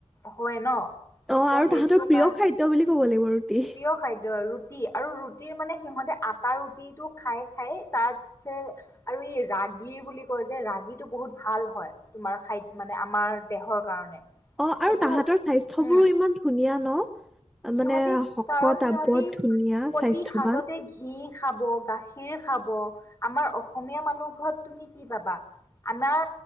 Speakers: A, on the left; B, in the centre.
A: হয় ন।
B: অহ,
A: ত'
B: আৰু
A: সেইটো
B: তাহাঁতৰ প্ৰিয়
A: কাৰণ
B: খাদ্য বুলি ক'ব লাগিব ৰুটি।
A: প্ৰিয় খাদ্য ৰুটি, আৰু ৰুটিৰ মানে সিহঁতে আটাৰ ৰুটিটো খায়, খায়। তাত- চে আৰু ই ৰাগী বুলি কয় যে, ৰাগীটো বহুত ভাল হয়। তোমাৰ খাইদ মানে আমাৰ দেহৰ কাৰণে।
B: অহ,
A: সেইটো
B: আৰু তাহাঁতৰ স্বাস্থ্যবোৰো
A: উম
B: ইমান ধুনীয়া। ন?
A: সিহঁতি,
B: মানে শকত
A: কাৰণ সিহতি
B: আৱত ধুনীয়া
A: প্ৰতি
B: স্বাস্থ্যৱান
A: সাজতে ঘিউ খাব গাখীৰ- খাব। আমাৰ অসমীয়া মানুহ ঘৰত তুমি কি পাবা? আমাৰ